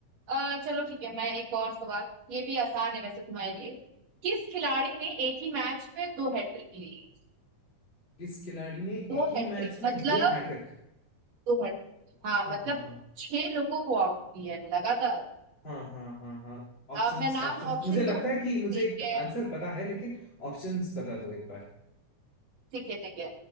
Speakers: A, on the right; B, on the left.
A: अ, चलो ठीक है मैं एक और सवाल ये भी आसान है वैसे तुम्हारे लिए किस खिलाड़ी ने एक ही मैच में दो हैट्रिक ली है?
B: किस खिलाड़ी ने
A: दो
B: एक ही
A: हैट्रिक
B: मैच में
A: मतलब
B: दो हैट्रिक
A: दो हैट्रिक हाँ
B: हाँ
A: मतलब
B: हाँ हाँ
A: छह लोगों को आउट किया है लगातार
B: हाँ हाँ हाँ हाँ
A: अ,
B: ऑप्शंस
A: मैं नाम
B: ऑप्शंस
A: ऑप्शन
B: मुझे लगता
A: दूं
B: है कि मुझे
A: ठीक
B: एक
A: है
B: आंसर पता है लेकिन ऑप्शंस बता दो एक बार
A: ठीक है ठीक है